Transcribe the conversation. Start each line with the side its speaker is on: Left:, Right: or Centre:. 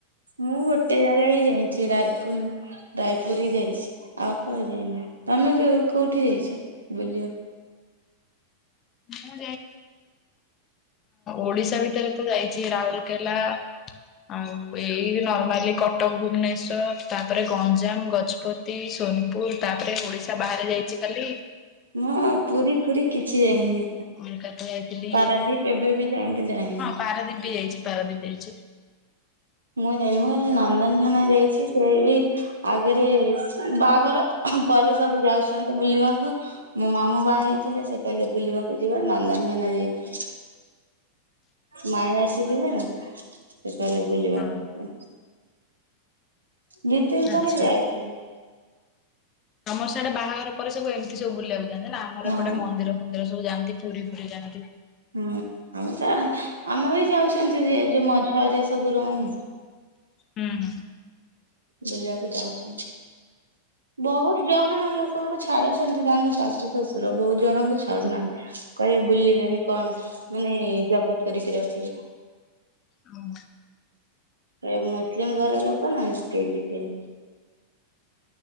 Right: ମୁଁ ଗୋଟେ ଜାଗା ହିଁ ଯାଇଛି ରାଇପୁର। ରୟପୁରୀ ଯାଇଛି ଆଉ କୁଆଡେ ଯାଇନି। ତମେ କୋଉଠି ଯାଇଛ ବୁଲିବାକୁ?
Left: ମୁଁ ଓଡିଶା ଭିତରେ ତ ଯାଇଛି ରାହୁଲକେଲା ଆଉ ଏଇ ନର୍ମାଲ କଟକ, ଭୁବନେଶ୍ଵର ତାପରେ ଗଞ୍ଜାମ ଗଜପତ ସୋନପୁର ତାପରେ ଓଡିଶା ବାହାରେ ଯାଇଛି ଖାଲି
Right: ମୁଁ ପୁରୀ ଫୁରୀ କିଛି ଯାଇନି।
Left: କୋଲକାତା ଯାଇଥିଲି
Right: ପାରାଦୀପ ଏବେ ବି ଯାଇକି ଯାଇନି।
Left: ପାରଦୀପ ବି ଯାଇଛି ପାରଦୀପ ଯାଇଛି।
Right: ମୁଁ ଯାଇନି ମୁଁ କାଲି ନନ୍ଦନକାନନ ଯାଇଛି ସେ ବି ଆଗରେ ବାହାଘର ପରେ ସବୁ ଯାଉଛନ୍ତି ବୁଲିବାକୁ। ମୋ ମାମୁଁ ବାହା ହେଇଥିଲେ, ସେ କହିଲେ ବୁଲିବାକୁ ଯିବା ନନ୍ଦନ କାନନ ଯାଇଥିଲି। ମାଇଁ ଆସିଥିଲେ ସେ କହିଲେ ବୁଲିବାକୁ।
Left: ହଁ
Right: ଯିବା। ଦି ତିନି
Left: ଆଚ୍ଛା।
Right: ଥରେ ଯାଇଥିଲି।
Left: ତମର ସିଆଡେ ବାହାଘର ପରେ ସବୁ ଏମିତି ସବୁ ବୁଲିବାକୁୁ ଯାଆନ୍ତି। ଆମର
Right: ହଁ
Left: ଏପଟେ ମନ୍ଦିର ମନ୍ଦର ସବୁ ଯାଆନ୍ତି ପୁରୀ ପୁରୀ ଯାଆନ୍ତି।
Right: ହୁଁ ଆମର ଆମର ବି ଯାଉଛନ୍ତି ଯ ଯୋଉ ମଝ ରେ ସବୁ ରହୁନି
Left: ହୁଁ ହୁଁ।
Right: ବୁଲିବାକୁ ଯାଉଛନ୍। ବୋହୁତ୍ ଜଣ ଲୋକଙ୍କୁ ଛାଡୁଛନ୍ତି ତାଙ୍କ ଶାଶୁ ଶଶୁର ବୋହୁତ୍ ଜଣଙ୍କୁ ଛାଡୁନାହାନ୍ତି। କହିବେ ବୁଲିବେନି କଣ ମାନେ ଜବତ କରିକି ରଖିବେ।
Left: ହୁଁ
Right: ଏ ମୁସଲିମ ଘର ଲୋକ ନା ସେଥିପାଇଁ କେହି ଯିବେନି।